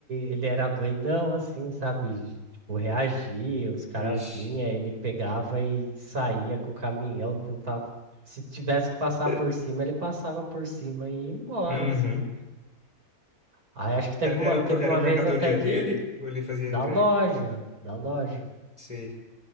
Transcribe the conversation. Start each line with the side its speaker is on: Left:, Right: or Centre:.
Right: ele era doidão, assim, sabe? De, Tipo, reagia, os caras
Left: Vixe.
Right: vinham, ele pegava e saía com o caminhão, tentava. Se tivesse que passar
Left: <laughs>
Right: por cima, ele passava por cima e ia embora,
Left: Uhum.
Right: assim. Aí acho que teve
Left: Era,
Right: uma,
Left: era,
Right: teve
Left: pro- era
Right: uma
Left: a
Right: vez
Left: mercadoria
Right: até que
Left: dele ou ele fazia
Right: da
Left: a entrega?
Right: loja, da loja,
Left: Sei,